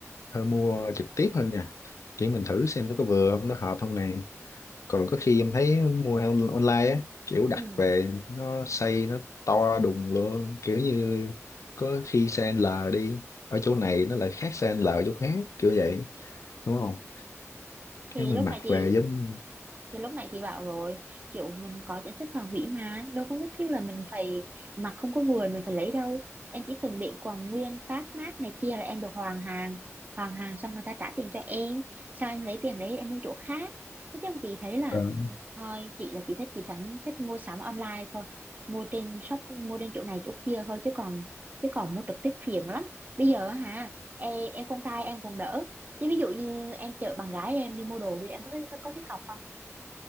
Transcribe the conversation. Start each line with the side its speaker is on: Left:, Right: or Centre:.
Left: hơn mua trực tiếp hơn nha kiểu mình thử xem nó có vừa không nó hợp không này còn có khi em thấy mua on- online á kiểu đặt
Right: ừ
Left: về nó size nó to đùng luôn kiểu như có khi size L đi ở chỗ này nó lại khác size L ở chỗ khác kiểu vậy đúng không
Right: thì
Left: cái mình
Right: lúc
Left: mặc
Right: nãy chị
Left: về giống
Right: Thì lúc nãy chị bảo rồi, kiểu mình có chính sách hoàn hủy mà, đâu có nhất thiết là mình phải mặc không có vừa là mình phải lấy đâu. Em chỉ cần để quần nguyên tag mác này kia là em được hoàn hàng. Hoàn hàng xong người ta trả tiền cho em, sao em lấy tiền đấy em mua chỗ khác. Thế chứ chị thấy là
Left: đơn
Right: thôi, chị là chị thích chị thẳng thích mua sắm online thôi. Mua trên shop, mua trên chỗ này chỗ kia thôi chứ còn chứ còn mua trực tiếp phiền lắm. Bây giờ á hả, em em con trai em còn đỡ. Chứ ví dụ như em chở bạn gái em đi mua đồ đi em có thấy có cái cọc không?